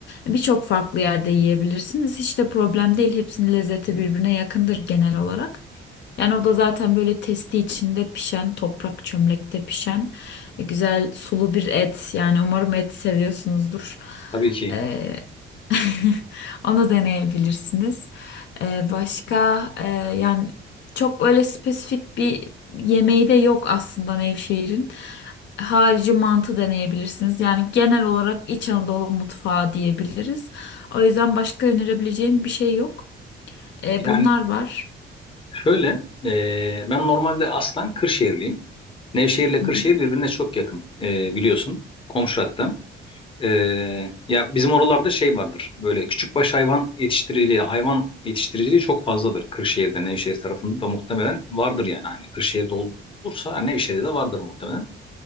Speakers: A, on the left; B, on the left.
A: Birçok farklı yerde yiyebilirsiniz. Hiç de problem değil. Hepsinin lezzeti birbirine yakındır genel olarak. Yani o da zaten böyle testi içinde pişen, toprak çömlekte pişen e, güzel sulu bir et. Yani umarım et seviyorsunuzdur.
B: Tabii ki.
A: Ee, <laughs> onu deneyebilirsiniz. Ee, başka e, yani çok öyle spesifik bir yemeği de yok aslında Nevşehir'in. Harici mantı deneyebilirsiniz. Yani genel olarak İç Anadolu mutfağı diyebiliriz. O yüzden başka önerebileceğim bir şey yok. Ee,
B: Yani
A: bunlar var.
B: şöyle e, ben normalde aslen Kırşehirliyim. Nevşehir ile
A: Hı
B: Kırşehir
A: hı.
B: birbirine çok yakın e, biliyorsun. Komşu hatta. Ee, ya bizim oralarda şey vardır. Böyle küçükbaş hayvan yetiştiriciliği, hayvan yetiştiriciliği çok fazladır. Kırşehir'de, Nevşehir tarafında da muhtemelen vardır yani. Hani Kırşehir'de olursa Nevşehir'de de vardır muhtemelen.